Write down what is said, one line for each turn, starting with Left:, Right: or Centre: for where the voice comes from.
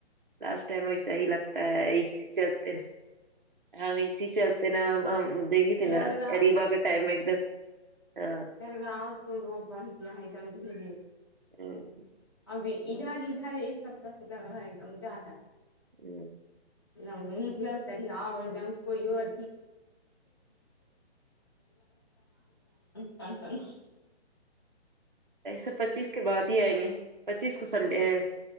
Right: لاسٹ ٹائم ویسا ہی لگتا ہے اے سی چلتین ہم اے سی چل تے نا دیکھی تھی
Left: لگ
Right: نا
Left: رہا
Right: ریبا کا ٹائم ایک دم ہاں
Left: گاؤ تو بڑیا ہے گندی کے لیے
Right: ہمم
Left: ابھی ادھر ادھر ایک سپتہ سے لگا ہے ایک کم زیادہ
Right: ہ
Left: <unintelligible> نکلا کہی اور ٹن ٹنا
Right: پیسے پچیس کے بعد ہی آئیں گے پچیس کو سنڈے ہے